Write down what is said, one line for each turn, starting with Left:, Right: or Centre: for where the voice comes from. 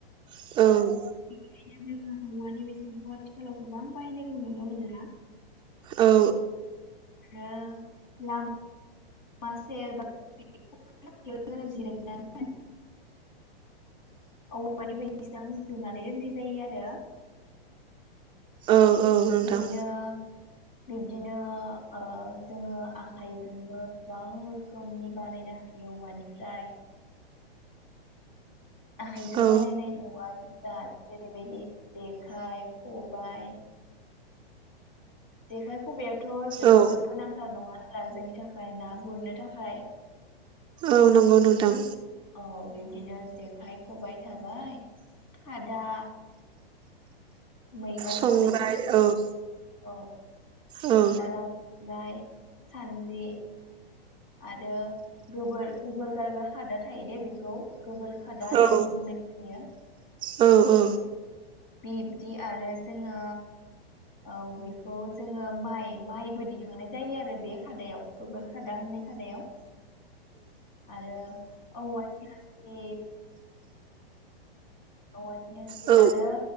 Right: औ
Left: बेनिखायनो जोङो औवानि बेैसांखौ आथिखालाव गोबां बाहायनायखौ नुनो मोनला
Right: औ
Left: आरो ह लाम लामा सेर जिरायनानै औवानि बायदिसिना रुनानै दोननाय जायो आरो।
Right: औ नोंथां
Left: बिब्दिनो बिब्दिनो जोङो ओ आखाइजोंबो गोबां रोखोमनि बानायनो हायो औवानिफ्राय आखाइजों
Right: औ
Left: बानायनाय न'आ जा जेरैबायदि जेखाइ, खबाय। जेखाय खबाइआथ' जोबोद
Right: औ
Left: गोनांथार नङा होनला जोंनि थाखाय ना गुरनो थाखाय?
Right: औ नंगौ नोंथां।
Left: औ बिब्दिनो जेखाइ, खबाय थाबाय खादा मैगं
Right: संग्राय
Left: मैगं
Right: औ
Left: औ
Right: औ
Left: दालाइ सान्द्रि आरो गोबोर, गोबोर गालग्रा खादा थायो दे बेखौ गोबोर खादा होननानै
Right: औ
Left: बुंनाय जायो।
Right: औ
Left: बिब्दि आरो जोङो औ बेखौ जोङो माइ माइबो दिखांनाय जायो आरो बे खादायाव गोबोर खादा होननाय खादायाव आरो औवानि हासिब। औवानि हासिब
Right: औ
Left: आरो